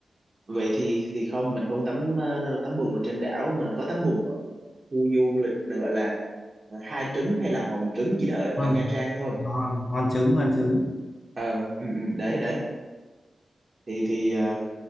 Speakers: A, on the right; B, on the left.
A: vậy thì thì không mình không tắm ờ, tắm bùn ở trên đảo mình có tắm bùn ở khu du lịch này gọi là ờ, hai trứng hay là hòn trứng gì đó ở,
B: ngon
A: ở Nha Trang thôi
B: hòn hòn trứng hòn trứng
A: ờ ừ, ừ, đấy đấy thì thì ờ,